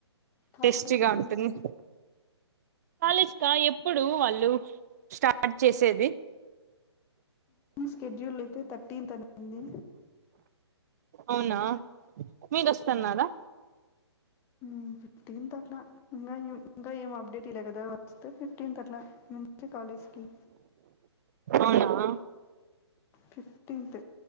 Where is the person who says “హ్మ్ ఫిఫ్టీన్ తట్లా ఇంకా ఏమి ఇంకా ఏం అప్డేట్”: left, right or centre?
Left